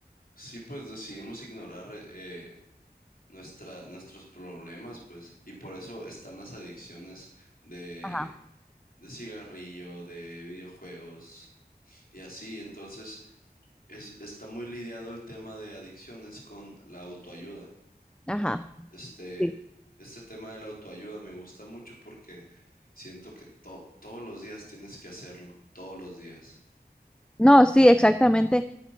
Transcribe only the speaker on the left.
Sí, pues decidimos ignorar eh, nuestra, nuestros problemas, pues. Y por eso están las adicciones de,
de cigarrillo, de videojuegos y así. Entonces, es- está muy lidiado el tema de adicciones con la autoayuda.
Este,
este tema de la autoayuda me gusta mucho porque siento que to- todos los días tienes que hacerlo, todos los días.